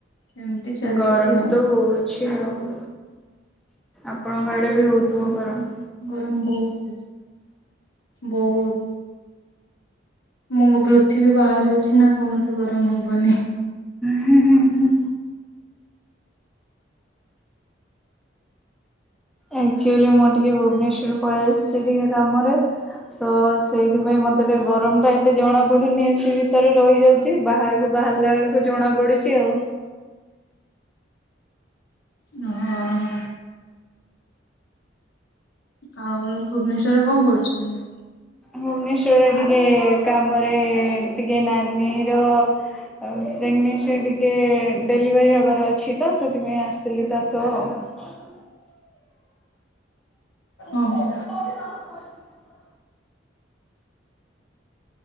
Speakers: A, on the left (about 80°); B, in the centre.
A: ଏମିତି ଚାଲିଛି
B: ଗରମ
A: ଆଉ
B: ତୁ ଛି ଆଉ ଆପଣଙ୍କ ଗାଡେ ବି ହଉଥିବ ଗରମ।
A: ଗରମ ବହୁତ ବହୁତ। ମୁଁ ପୃଥିବୀ ବାହାରେ ଅଛି ନା କ ମତେ ଗରମ ହବନି।
B: ହୁଁ ହୁଁ ହୁଁ ହୁଁ। ଆକ୍ଚୁଆଲି ମୁଁ ଟିକେ ଭୁବନେଶ୍ଵର ପଳେଇ ଆସିଛି ଟିକେ କାମରେ। ସ ସେଇଥିପାଇଁ ମତେ ଟେ ଗରମ ଟା ଏତେ ଜଣା ପଡୁନି ଏସି ଭିତରେ ରହିଯାଉଛି। ବାହାରକୁ ବାହାରିଲା ବେଳକୁ ଜଣା ପଡୁଛି ଆଉ।
A: ହଁ ହ। ଆଉ ଭୁବନେଶ୍ଵରେ କଣ କରୁଛନ୍ତି?
B: ଭୁବନେଶ୍ଵରରେ ଟିକେ କାମରେ ଟିକେ ନାନୀ ର ଆଉ ପ୍ରେଗନେସିରେ ଟିକେ ଡେଲିଭରି ହବାର ଅଛି ତ ସେଥିପାଇଁ ଆସିଥିଲି ତା ସହ। <unintelligible>
A: ଓହୋ
B: <unintelligible>